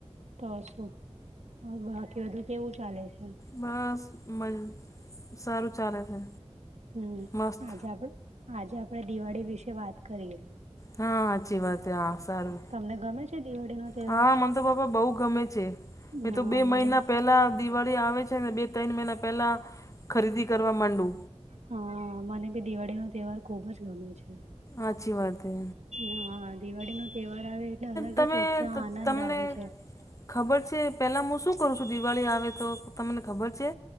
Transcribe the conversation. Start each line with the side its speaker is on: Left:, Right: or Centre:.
Right: તો શું? બાકી બધું કેવું ચાલે છે?
Left: બસ મજ સારું ચાલે છે.
Right: હમ!
Left: મસ્ત
Right: આજે આપ આજે આપડે દિવાળી વિશે વાત કરીએે.
Left: હા સાચી વાત. હા સારું
Right: તમને ગમે છે દિવાળીનો તહેવાર?
Left: હા. મન તો પાપા બહુ ગમે છે. મે
Right: હા
Left: તો બે
Right: મને
Left: મહિના
Right: બી
Left: પહેલા દિવાળી આવે છે ને બે ત્રણ મહિના પેલા, ખરીદી કરવા માંડુ.
Right: હા મને બી દિવાળી નો તહેવાર ખુબ જ ગમે છે.
Left: અછી વાત હે.
Right: હા દિવાળી નો તહેવાર આવે એટલે અલગ
Left: તમે
Right: જ ઉત્સાહ આનંદ
Left: તમને
Right: આવે છે.
Left: ખબર છે પેલા હું શું કરું છું દિવાળી આવે તો તમને ખબર છે?